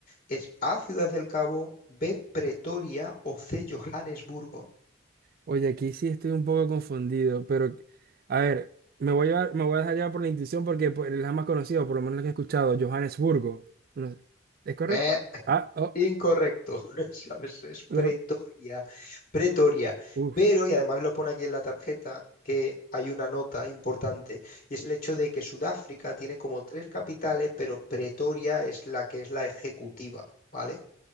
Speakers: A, on the left (about 45°); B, on the right (about 45°).
A: ¿Es A, Ciudad del Cabo, B, Pretoria o C, Johannesburgo?
B: Oye, aquí sí estoy un poco confundido, pero a ver, me voy a, llevar- me voy a dejar llevar por la intuición porque pues, es la más conocida, por lo menos la que he escuchado, Johannesburgo. No sé, ¿Es correcto?
A: Meh.
B: Ah, oh,
A: Incorrecto, <laughs> ¿sabes? Es Pretoria,
B: lo-
A: Pretoria.
B: uf.
A: Pero, y además lo pone aquí en la tarjeta, que hay una nota importante, y es el hecho de que Sudáfrica tiene como tres capitales, pero Pretoria es la que es la ejecutiva, ¿vale?